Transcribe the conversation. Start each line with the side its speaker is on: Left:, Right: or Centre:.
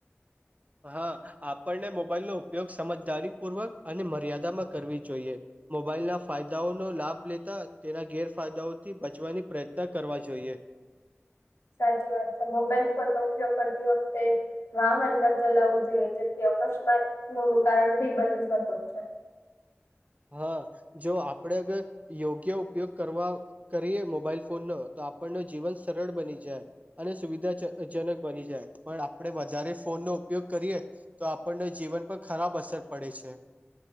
Right: હા આપણને મોબાઈલનો ઉપયોગ સમજદારીપૂર્વક અને મર્યાદામાં કરવી જોઈએ મોબાઈલના ફાયદાઓનો લાભ લેતા તેના ગેરફાયદાઓથી બચવાની પ્રયત્ન કરવા જોઈએ.
Left: સાચી વાત છે મોબાઈલ ફોન નો ઉપયોગ કરતી વખતે વાહન ન ચલાવવું જોઈએ જેથી અકસ્માતનું કારણ ભી બની શકો છો
Right: હા જો આપણે અગર યોગ્ય ઉપયોગ કરવા કરીએ મોબાઈલ ફોનનો તો આપણનુ જીવન સરળ બની જાય અને સુવિધાજનક બની જાય પણ આપણે વધારે ફોનનો ઉપયોગ કરીએ તો આપણને જીવન પર ખરાબ અસર પડે છે